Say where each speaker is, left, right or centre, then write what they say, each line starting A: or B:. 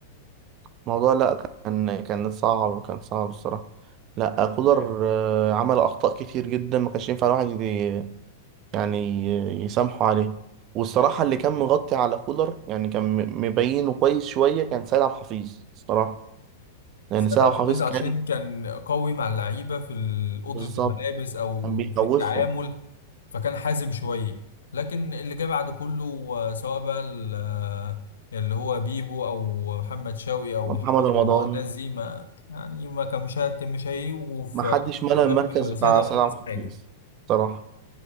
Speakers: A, on the right; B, on the left.
A: الموضوع لا كان كان صعب كان صعب الصراحة لا كولر آه، عمل أخطاء كتير جدا ما كانش ينفع الواحد ي- يعني يسامحه عليه والصراحة اللي كان مغطي على كولر يعني كان م- مبينه كويس شوية كان سيد عبد الحفيظ الصراحة لأن
B: سيد
A: سيد
B: عبد
A: عبد الحفيظ
B: العزيز عشان
A: كان
B: كان قوي مع اللعيبة في ال- أوضة
A: بالظبط
B: الملابس أو
A: كان بيخوفهم
B: في التعامل فكان حازم شوية لكن اللي جه بعده كله آه، سواء بقى ال- آه، اللي هو بيبو أو محمد شوقي أو
A: محمد
B: محمد
A: رمضان
B: رمضان الناس دي ما يعني ما كان مش هت- مش هيجوا في
A: ما حدش ملأ
B: جنب
A: المركز بتاع
B: سيد عبد
A: سيد
B: العزيز
A: عبد الحفيظ
B: حاجة
A: الصراحة